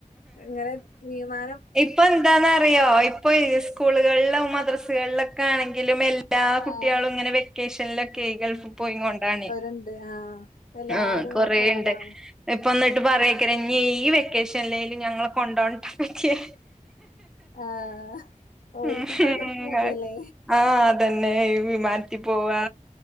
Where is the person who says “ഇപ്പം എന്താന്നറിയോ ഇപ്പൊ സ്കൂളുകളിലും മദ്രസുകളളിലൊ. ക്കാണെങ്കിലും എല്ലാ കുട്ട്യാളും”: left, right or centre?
Centre